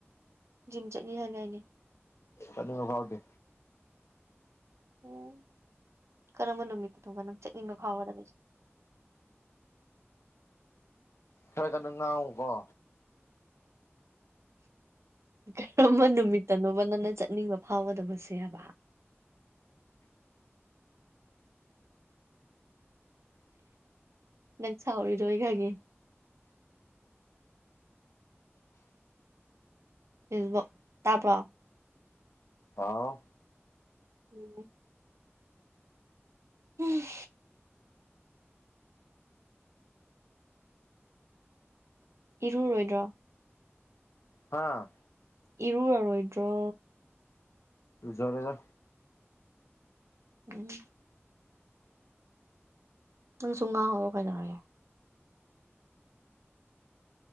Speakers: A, on the right; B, on the left.
A: ꯖꯤꯝ ꯆꯠꯅꯤ ꯍꯥꯏꯅ ꯑꯩꯅꯦ
B: ꯆꯠꯅꯤꯡꯕ ꯐꯥꯎꯗꯦ
A: ꯎꯝ ꯀꯔꯝꯕ ꯅꯨꯃꯤꯠꯇ ꯇꯣꯕ ꯅꯪ ꯆꯠꯅꯤꯡꯕ ꯐꯥꯎꯒꯗꯁꯦ
B: ꯇ꯭ꯔꯥꯏ ꯀꯗ ꯑꯃꯀꯣ
A: ꯀꯔꯝꯕ ꯅꯨꯃꯤꯠꯇꯅꯣꯕ ꯅꯪꯅ ꯆꯠꯅꯤꯡꯕ ꯐꯥꯎꯒꯗꯕꯁꯦ ꯍꯥꯏꯕ ꯅꯪ ꯁꯥꯎꯔꯤꯗꯣꯏ ꯈꯒꯦ ꯐꯦꯁꯕꯛ ꯇꯥꯄ
B: ꯍꯥꯎ
A: ꯎꯝ ꯎꯝ ꯏꯔꯨꯔꯣꯏꯗ꯭ꯔꯣ
B: ꯍꯥꯥ
A: ꯏꯔꯨꯔꯥꯔꯣꯏꯗ꯭ꯔꯣ
B: ꯂꯨꯖꯔꯦꯗ
A: ꯎꯝ ꯅꯪ ꯁꯨꯝ ꯉꯥꯡꯉꯑꯣ ꯀꯩꯗꯧꯔꯒꯦ